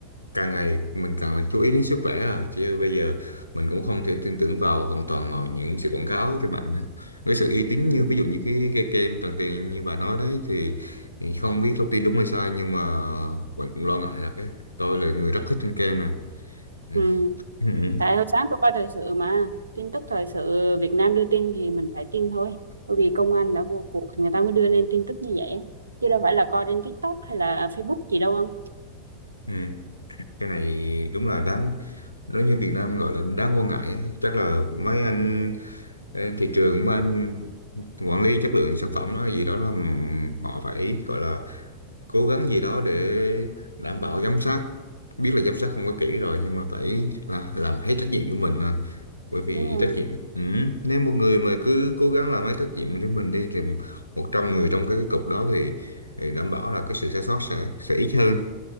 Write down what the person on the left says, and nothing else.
càng ngày mình càng phải chú ý đến sức khỏe à chứ bây giờ mình cũng không thể tin tưởng vào hoàn toàn vào những sự quảng cáo trên mạng nữa. Với sự uy tín như
ví dụ như cái cái kem Tràng Tiền như bà nói đấy thì, thì không biết thông tin đúng hay sai nhưng mà mình cũng lo ngại là cái tôi là người rất thích ăn kem này. Ừ.
<laughs>
Ừ. Ừ. Cái này đúng
là đáng nếu như Việt Nam gọi là đáng quan ngại á. Chắc là mấy anh Ê, thị trường mà anh quản lý chất lượng sản phẩm nó gì đó là họ phải gọi là cố gắng gì đó để đảm bảo giám sát biết là giám sát không có kỹ rồi nhưng mà phải là làm hết trách nhiệm của mình à. bởi vì
trách nhiệm ừ. nếu một người mà cứ cố gắng làm hết trách nhiệm của mình đi thì 100 người trong cái cục đó thì, thì đảm bảo là cái sự sai sót sẽ sẽ ít hơn